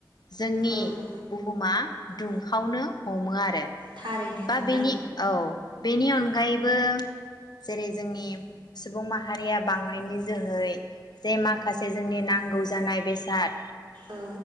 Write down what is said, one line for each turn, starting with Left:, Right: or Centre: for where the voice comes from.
Left: जोंनि
Right: औ
Left: बुहुमा दुंखावनो हमो आरो।
Right: थारैनो
Left: बा
Right: नोंथां
Left: बेनि औ बेनि अनगायैबो जेरै जोंनि सुबुं माहारिया बांनायनि जोहै जे माखासे जोंनि नांगौ जानाय बेसाद
Right: औ